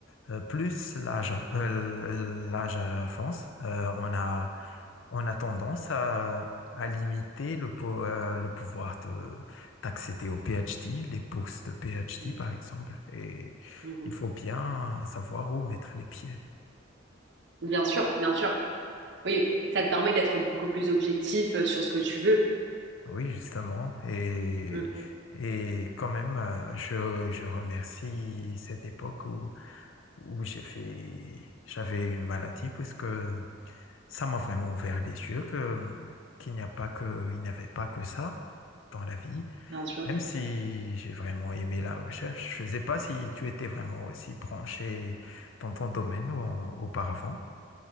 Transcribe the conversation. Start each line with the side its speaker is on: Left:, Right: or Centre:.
Left: euh, plus l'âge av- euh, l'âge avance, euh, on a, on a tendance à, à limiter le, po- euh, le pouvoir de- d'accéder au PhD, les bourses de PhD
Right: Mmh,
Left: par exemple. Et
Right: mmh.
Left: il faut bien savoir où mettre les pieds.
Right: Bien sûr, bien sûr. Oui, ça te permet d'être beaucoup plus objectif euh, sur ce que tu veux.
Left: Ah Oui, justement. Et,
Right: Mmh,
Left: et quand même, euh, je, je remercie cette époque où, où j'ai fait, j'avais une maladie puisque ça m'a vraiment ouvert les yeux que qu'il n'y a pas que, il n'y avait pas que ça dans la vie,
Right: bien sûr.
Left: même si j'ai vraiment aimé la recherche. Je ne sais pas si tu étais vraiment aussi branché dans ton domaine au- auparavant,